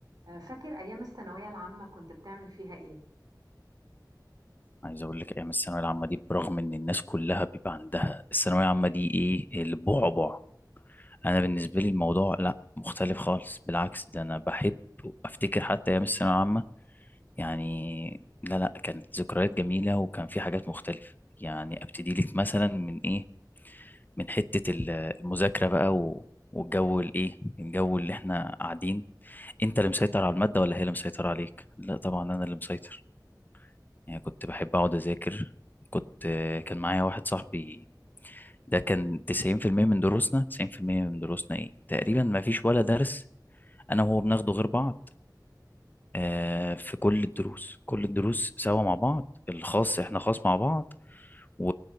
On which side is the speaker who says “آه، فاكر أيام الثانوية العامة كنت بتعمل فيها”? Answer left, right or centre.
Right